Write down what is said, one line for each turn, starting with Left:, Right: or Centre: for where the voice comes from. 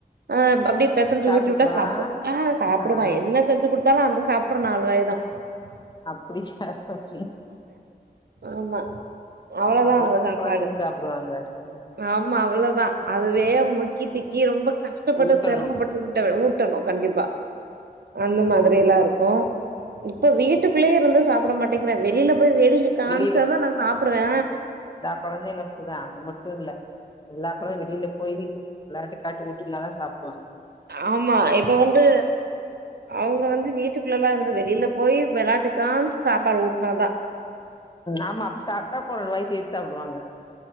Right: ஆ அப்டப்டே பெசஞ்சு
Left: சாப்ட்டுக்குவானா
Right: ஊட்டி விட்டா சாப்டு ஆ சாப்டுவா
Left: ஆ
Right: என்ன செஞ்சு குடுத்தாலு அந்த சாப்ட்ற நாலு வாய்தா உஹ
Left: அப்டி சாப்ட்டாகே
Right: ஆமா அவளதா
Left: அவ்வளவுதான
Right: அவெ சாப்பாடு
Left: குழந்தைங்க சாப்பிடுவாங்க ம்
Right: ஆமா அவ்ளதா அதுவே முக்கி திக்கி ரொம்ப கஷ்டப்பட்டு
Left: ஊட்டணு
Right: சிரமப்பட்டு ஊட்ட ஊட்டணு கண்டிப்பா அந்த மாதிரியெல்லா இருக்கு இப்ப வீட்டுக்குள்ளே இருந்து சாப்ட மாட்டேங்கிறா வெளில ல வேடிக்க காம்ச்சாதா
Left: வெளியில
Right: நா சாப்டுவே
Left: ஆ எல்லா குழந்தையு அப்படிதா அது மட்டு இல்ல எல்லா கொழந்தையு வெளில போய் வெளாட்டு காட்டி உட்டுனா தா சாப்
Right: ஆமா இப்ப வந்து அவ்ங்க வந்து வீட்டுக்குள்ளலா இருந்து வெளில போய் வெளாட்டு காம்சு சாப்பாடு ஊட்னாதா
Left: ஆமா அப்டி சாப்ட்டாக்கொரு ரெண்டு வாயி சேத்து சாப்டுவாங்க